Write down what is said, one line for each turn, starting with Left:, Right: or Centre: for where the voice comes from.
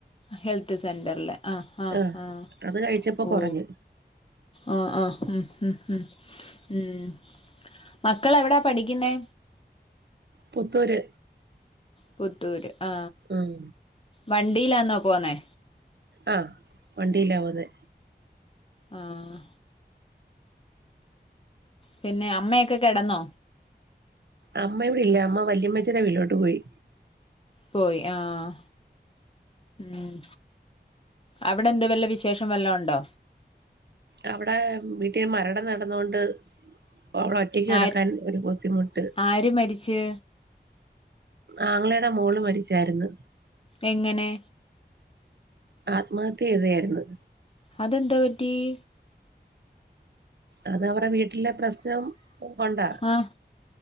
Left: ഹെൽത്ത് സെന്ററ്ല്ലേ ആ ആ
Right: ആഹ്
Left: ആ
Right: അത് കഴിച്ചപ്പോ
Left: ഓ
Right: കുറഞ്ഞ്
Left: ആ ആ മം മം ഉമ്മ് മക്കളെവിടാ പഠിക്കുന്നേ
Right: പുത്തൂര്
Left: പുത്തൂര് ആ
Right: ഉം
Left: വണ്ടിയിലാന്നോ പോന്നേ
Right: അഹ് വണ്ടിയിലാ പൊന്നെ
Left: ആഹ് പിന്നെ അമ്മയൊക്കെ കെടന്നോ?
Right: അമ്മ ഇവിടെ ഇല്ല അമ്മ വല്യമ്മച്ചീടെ വീട്ടിലോട്ട് പോയി.
Left: പോയി ആഹ് ഉം അവിടെ എന്തോ വല്ല വിശേഷം വല്ലോം ഒണ്ടോ
Right: അവിടെ വീട്ടീ മരണം നടന്നോണ്ട് ഓളെ ഒറ്റയ്ക്ക് കെടക്കാൻ
Left: ആര്
Right: ഒരു ബുദ്ധിമുട്ട്
Left: ആര് മരിച്ച്
Right: ആങ്ങളയുടെ മോള് മരിച്ചാര്ന്ന്
Left: എങ്ങനെ
Right: ആത്മഹത്യയ്തയായിരുന്നു
Left: അതെന്തൊ പറ്റിയേ?
Right: അതവടെ വീട് ടിലെ പ്രശ്നം കൊണ്ടാ.
Left: ആഹ്